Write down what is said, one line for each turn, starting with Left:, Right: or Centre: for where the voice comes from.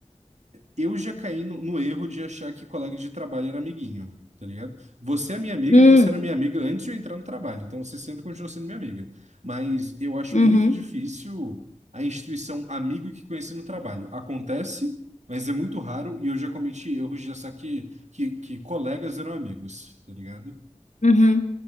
Right: eu já caí no, no erro de achar que colega de trabalho era amiguinho, tá ligado? Você é minha amiga
Left: Hum,
Right: e você era minha amiga antes de eu entrar no trabalho, então você sempre continua sendo minha amiga. Mas eu acho
Left: Uhum.
Right: muito difícil a instituição amigo que conheci no trabalho. Acontece, mas é muito raro e eu já cometi erros de achar que, que, que colegas eram amigos, tá ligado?
Left: Uhum.